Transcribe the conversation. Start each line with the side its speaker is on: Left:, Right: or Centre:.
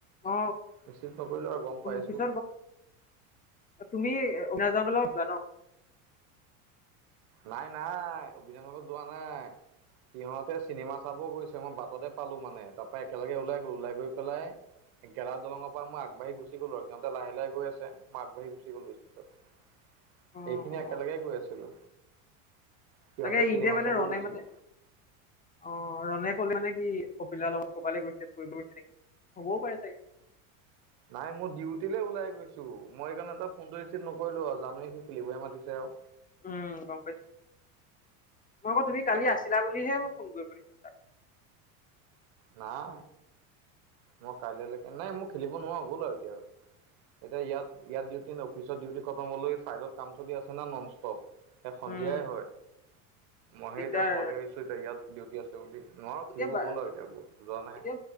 Left: অ
Right: ৰিচিভ নকৰিলো আৰু গম পাইছো
Left: পিছ তুমি উন জান ল ন
Right: নাই নাই অভিধানৰ লগত যোৱা নাই সিহঁতে চিনেমা চাব গৈছে মই বাটতে পালো মানে তাৰ পৰাৰা একেলগে ওলাই গ'ল ওলাই গৈ পেলাই গেলা দলৰ পৰা মই আগবাঢ়ি গুি গলো আৰু সহঁতে লাহে লাহে গ আছে মই আগবাঢ় গুি গলো স্কিতত
Left: <unintelligible>
Right: এইখিনি
Left: অ
Right: একেলগে গৈ আছিলো সিহঁতে
Left: তাকে
Right: চিনেমা
Left: ইণ্ডিয়া মানে
Right: চাব
Left: ৰনে
Right: গৈছিলে
Left: মানে অ ৰনে কলে মানে সি অপিল দাৰ লগত কবালে গৈছে ফুৰিব গৈছে নেকি হ'বও পাৰে চাগে
Right: নাই মোৰ ডিউটিলে ওলাই গৈছো মই সেইকাৰণে টা ফোনটো ৰিচিভ নকৰিলো আৰু জানোৱেই সি খেলিবহে মাতিছে আও
Left: উম গম পাইছো মই আকৌ তুমি কালি
Right: অ
Left: আছিলা বুলিহে মই ফোন কৰিব দিছিলো তাক
Right: নাই মই কাইলৈলৈকে নাই মোৰ খেলিব নোৱাৰা গ'ল আৰু এতিয়া আৰু এতিয়া ইয়াত ইয়াত ডউটি অফিচত ডিউটি খতম হলে চাইডত কাম চলি আছে ন নন ষ্টপ সন্ধিয়াই
Left: উম
Right: হয় মইে
Left: দিগদাৰ
Right: এতিয়া ঘৰলৈ আহিছো এতিয়া ইয়াত ডিউটি আছে বুলি নোৱাৰো
Left: এতিয়া
Right: খেলিব
Left: বা
Right: গ'ল আৰু এতিয়া যোৱা নাই
Left: এতিয়া